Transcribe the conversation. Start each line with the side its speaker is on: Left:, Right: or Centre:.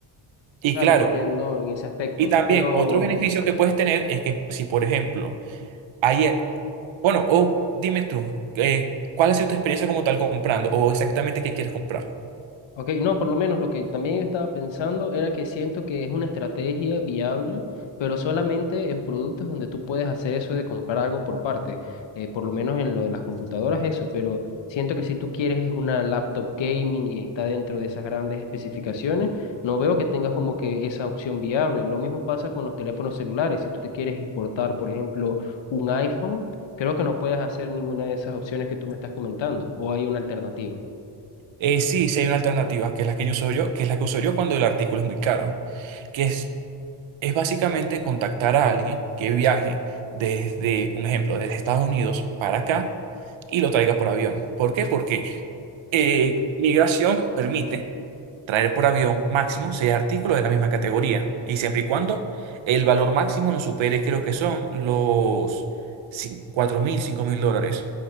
Right: Y
Left: Claro,
Right: claro,
Left: te entiendo en ese aspecto,
Right: y también
Left: pero...
Right: otro beneficio que puedes tener es que si, por ejemplo, hay, eh, bueno, o dime tú, eh, ¿cuál ha sido tu experiencia como tal comprando o exactamente qué quieres comprar?
Left: Ok, no, por lo menos lo que también estaba pensando era que siento que es una estrategia viable, pero solamente en productos donde tú puedes hacer eso de comprar algo por parte, eh, por lo menos en lo de las computadoras, eso, pero siento que si tú quieres es una laptop gaming y está dentro de esas grandes especificaciones, no veo que tengas como que esa opción viable. Lo mismo pasa con los teléfonos celulares, si tú te quieres importar, por ejemplo, un iPhone, creo que no puedes hacer ninguna de esas opciones que tú me estás comentando, o hay una alternativa.
Right: Eh, sí, sí hay una alternativa, que es la que yo uso yo, que es la que uso yo cuando el artículo es muy caro, que es, es básicamente contactar a alguien que viaje desde, un ejemplo, desde Estados Unidos para acá y lo traiga por avión. ¿Por qué? Porque Eh, migración permite traer por avión máximo seis artículos de la misma categoría y siempre y cuando el valor máximo no supere, creo que son los cin- 4 mil, 5 mil dólares